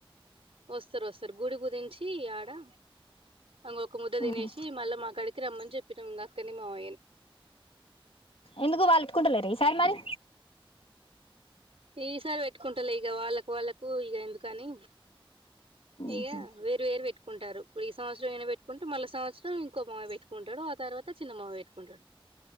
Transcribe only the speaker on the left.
ఉహు
ఎందుకు వాళ్ళు పెట్టుకుంటలేరా ఈసారి మరి
ఉహు